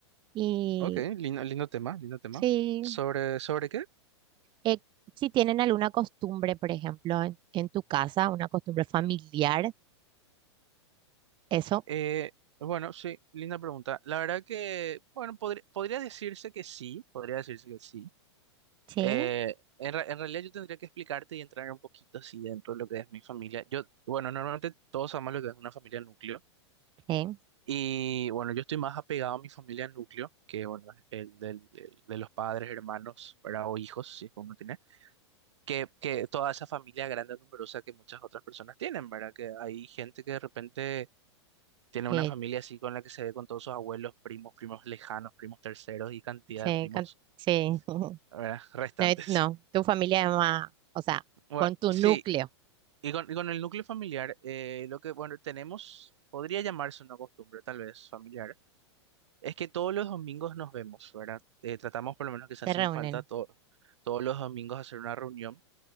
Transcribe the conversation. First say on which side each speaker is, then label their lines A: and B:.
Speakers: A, on the right; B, on the right.
A: y
B: Ok, lindo, lindo tema, lindo tema.
A: sí,
B: ¿Sobre, sobre qué?
A: eh, si tienen alguna costumbre, por ejemplo, en, en tu casa, una costumbre familiar, eso.
B: Eh, bueno, sí, linda pregunta. La verdad que, bueno, podri- podría decirse que sí, podría decirse que sí.
A: Sí,
B: Eh, en, re- en realidad yo tendría que explicarte y entrar un poquito así dentro de lo que es mi familia. Yo, bueno, normalmente todos amamos lo que es una familia nucleo
A: sí,
B: Y bueno, yo estoy más apegado a mi familia núcleo, que bueno, el del- el de los padres, hermanos, ¿verdad? O hijos, si es que uno tiene, que, que toda esa familia grande, numerosa que muchas otras personas tienen, ¿verdad? Que hay gente que de repente tiene
A: sí,
B: una familia así con la que se ve con todos sus abuelos, primos, primos lejanos, primos terceros y cantidad
A: sí.
B: de primos,
A: con- sí. <laughs>
B: ¿verdad? <laughs> Restantes.
A: No, eh, no, tu familia es más, o sea,
B: Bueno,
A: con tu
B: sí,
A: núcleo
B: y con, y con el núcleo familiar, eh, lo que, bueno, tenemos, podría llamarse una costumbre, tal vez, familiar Es que todos los domingos nos vemos, ¿verdad? Eh, tratamos por lo menos que sea
A: te
B: sin
A: reúnen.
B: falta todo- todos los domingos hacer una reunión